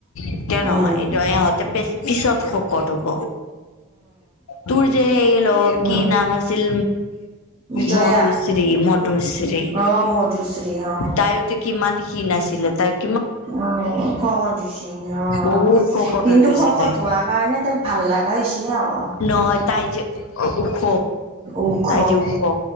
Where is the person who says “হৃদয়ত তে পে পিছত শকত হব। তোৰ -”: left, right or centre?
Left